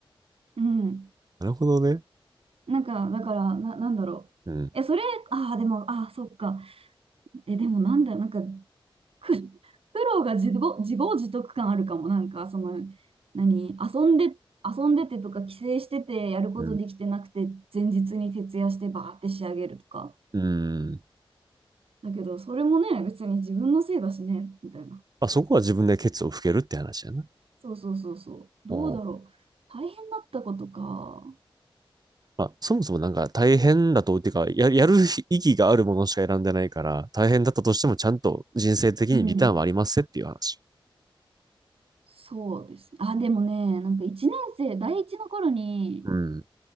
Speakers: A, on the right; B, on the right.
A: うん。
B: なるほどね。
A: なんか、だから、な、なんだろう。
B: うん。
A: え、それ、ああ、でも、ああ、そっか。え、でもなんだよ、なんか、く、苦労が自業、自業自得感あるかも。なんか、その、何、遊んで、遊んでてとか、帰省してて、やることできてなくて、
B: うん。
A: 前日に徹夜してバーって仕上げるとか。
B: うん。
A: だけど、それもね、別に自分のせいだしね、みたいな。
B: まあ、そこは自分でケツを拭けるって話やな。
A: そうそうそうそう。どうだろう。
B: うん
A: 大変だったことか。
B: まあ、そもそもなんか大変だと、っていうか、や、やる意義があるものしか選んでないから、大変だったとしてもちゃんと人生的にリターンはありますっていう話。
A: うん。そうです。あ、でもね、なんか1年生、第1の頃に
B: うん。